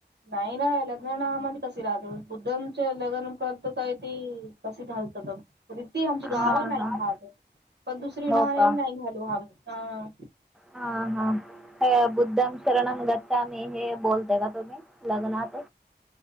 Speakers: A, on the right (about 70°); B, in the centre.
A: नाही ना लग्नामध्ये कशी राहतो बुद्धमच लग्न करतो काय ते कशी घालत ती आमची
B: हां
A: गाव नाही
B: हां
A: ह पण दुसरी
B: हो
A: ना
B: का
A: नाही घालो हा मग.
B: हा -हा बुद्धम शणम गच्छा मि हे बोलता का तुम्ही? लग्नात.